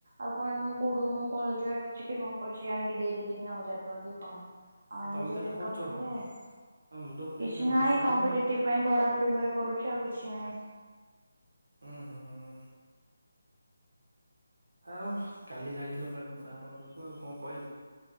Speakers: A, on the right (about 60°); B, on the right (about 85°).
A: ଆଉ କଣ ମୁଁ କୋଉଠୁ ମୁଁ କଣ ରୋଜଗାର କରିଛି କି କଣ କରୁଛି ଆଣିକି ଆଣିକି ଦେଇଦେବି ତିନି ହଜାର ଟଙ୍କା ସେ କଣ ଆ
B: ତମେ
A: ନିଜର
B: ତାହେଲେ
A: ଇନକମ୍
B: କରୁଛ
A: ଥିଲେ।
B: କଣ
A: କିଛି
B: ଆଉ ମୁଣ୍ଡ ପୁରେଇକିନା ଘରେ
A: ନାହିଁ
B: କହିବ
A: କମ୍ପିଟେଟିଭ
B: ନା ଆଉ।
A: ପାଇଁ ପଢ଼ାପଢ଼ି ଘରେ କରୁଛି ଆଉ କିଛି ନାହିଁ।
B: ଉଁ ହୁଁ ହୁଁ। ଆଉ କାଲି ଯାଇଥିଲ କାଳେ ବୁଢ଼ାବାପା ପାଖକୁ ଆଉ କଣ କହିଲେ?